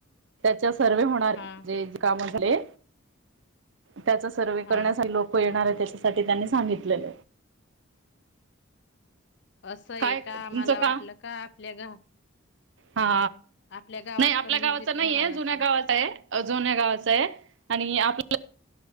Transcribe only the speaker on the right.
तुमचा सर्वे होणार
जे काम झाले. त्याचा सर्वे करण्यासाठी
लोक येणार आहेत. त्याच्यासाठी त्यांनी सांगितलेल.
काय तुमचं
का
हा
नाही आपल्या
गावाच नाहीय
जुन्या गावाचा आहे जुन्या गावाच आहे आणि आपल्या